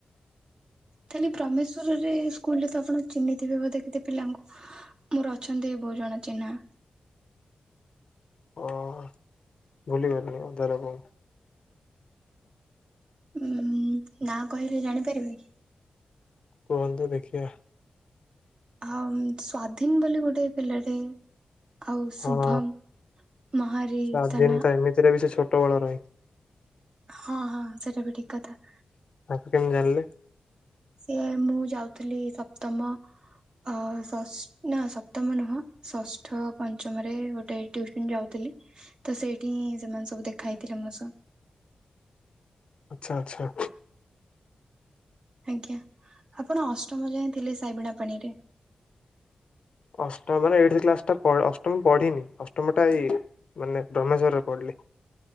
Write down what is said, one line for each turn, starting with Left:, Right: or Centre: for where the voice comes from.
Right: ତାହଲେ ଭ୍ରମେଶ୍ଵରରେ ସ୍କୁଲରେ ତ ଆପଣ ଚିହ୍ନିଥିବେ ବୋଧ କେତେ ପିଲାଙ୍କୁ। ମୋର ଅଛନ୍ତି ବୋହୁତ ଜଣ ଚିହ୍ନା।
Left: ଓହ ଭୁଲି ଗଲିଣି ମୁଁ ତାହେଲେ ଆପଣଙ୍କୁ।
Right: ଉ ହୁଁ ନା କହିଲେ ଜାଣିପାରିବେ କି।
Left: କୁହନ୍ତୁ ଦେଖିବା।
Right: ଆଉ ସ୍ଵାଧୀନ ବୋଲି ଗୋଟେ ପିଲାଟେ। ଆଉ ଶୁଭମ୍
Left: ହଁ
Right: ମହାରି
Left: ସ୍ଵାଧୀନ
Right: ତା ନା।
Left: ତ ଏମିତିରେ ବି ସେ ଛୋଟ ବଳ ରହେ।
Right: ହଁ ହଁ ସେଇଟା ବି ଠିକ କଥା।
Left: ତାକୁ କେମିତି ଜାଣିଲେ?
Right: ସିଏ ମୁଁ ଯାଉଥିଲି ସପ୍ତମ ଅ ଷଷ୍ଠ ନା ସପ୍ତମ ନୁହଁ ଷଷ୍ଠ ପଞ୍ଚମରେ ଗୋଟେ ଟିୁଉସନ ଯାଉଥିଲି। ତ ସେଇଠି ହିଁ ସେମାନେ ସବୁ ଦେଖା ହେଇଥିଲେ ମୋ ସହ।
Left: ଆଚ୍ଛା ଆଚ୍ଛା।
Right: ଆଜ୍ଞା ଆପଣ ଅଷ୍ଟମ ଯାଏ ଥିଲେ ସାଇବିଣା ପାଣିରେ।
Left: ଅଷ୍ଟମରେ ଏଇ କ୍ସ ଟା ଅଷ୍ଟମ ପଢିନି ଅଷ୍ଟମ ଟା ଏଇ ମାନେ ରମେଶ୍ଵରରେ ପଢିଲି।